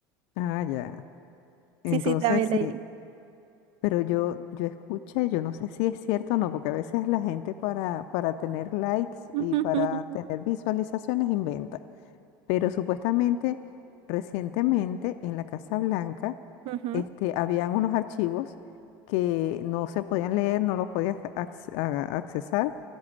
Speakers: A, on the left; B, on the right.
A: Ah, ya. Entonces
B: Sí, sí, también
A: sí.
B: leí.
A: Pero yo, yo escuché, yo no sé si es cierto o no, porque a veces la gente para, para tener likes
B: <laughs>
A: y para tener visualizaciones inventa. Pero supuestamente recientemente en la Casa Blanca
B: Ujú,
A: este, habían unos archivos que no se podían leer, no los podías acce- a- accesar,